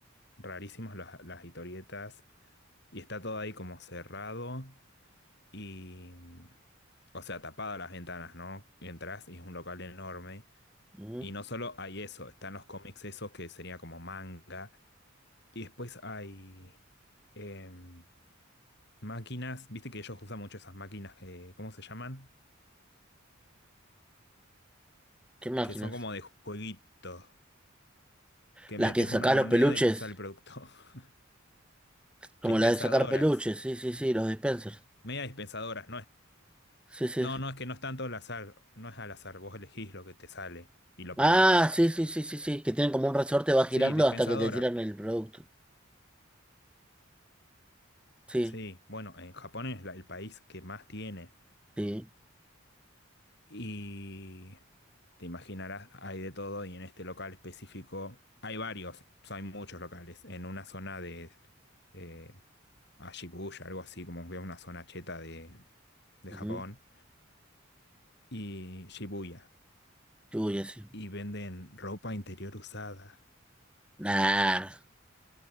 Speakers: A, on the left; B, in the centre.
A: rarísimos los- las historietas Y está todo ahí como cerrado y, mm, o sea, tapadas las ventanas, ¿no? Y Entrás y es un local enorme.
B: Ujú.
A: Y no solo hay eso, están los cómics esos que sería como manga. Y después hay em, máquinas, viste que ellos usan mucho esas máquinas, que, ¿cómo se llaman?
B: ¿Qué máquinas?
A: Que son como de jueguito, que
B: Las
A: metes
B: que sacás
A: una moneda
B: los peluches.
A: y te sale el producto. <laughs>
B: Como
A: Dispensadoras,
B: las de sacar peluches. Sí, sí, sí, los dispensers.
A: media dispensadoras, no es,
B: Sí, sí.
A: no, no, es que no es tanto al azar, no es al azar, vos elegís lo que te sale y lo
B: Ah,
A: pagás.
B: sí, sí, sí, sí, sí. Que tienen como un resorte, va girando
A: Sí, dispensadora.
B: hasta que te tiran el producto. Sí,
A: Sí, bueno, en Japón es la- el país que más tiene.
B: sí.
A: Y te imaginarás, hay de todo y en este local específico hay varios, o sea, hay muchos locales. En una zona de eh, a Shibuya, algo así, como que una zona cheta de, de
B: Ujú.
A: Japón. Y Shibuya.
B: Uy, así.
A: Y venden ropa interior usada.
B: Nah.